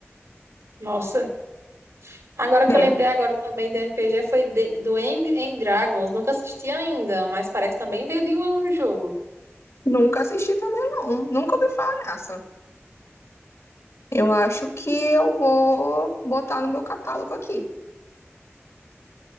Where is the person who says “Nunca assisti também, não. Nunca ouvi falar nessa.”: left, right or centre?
Left